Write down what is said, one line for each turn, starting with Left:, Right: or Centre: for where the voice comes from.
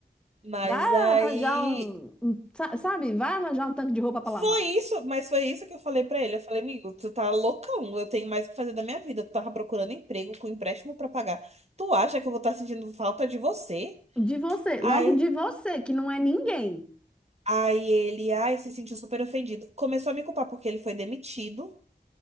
Right: mas
Centre: vai
Right: aí.
Centre: arranjar um, um sa- sabe, vai arranjar um tanque de roupa para
Right: Foi
Centre: lavar.
Right: isso, mas foi isso que eu falei pra ele. Eu falei, amigo, tu tá loucão, eu tenho mais o que fazer da minha vida. Tu tava procurando emprego com empréstimo pra pagar. Tu acha que eu vou estar sentindo falta de você?
Centre: De você,
Right: Aí,
Centre: logo de você, que não é ninguém.
Right: aí ele, ai, se sentiu super ofendido. Começou a me culpar porque ele foi demitido.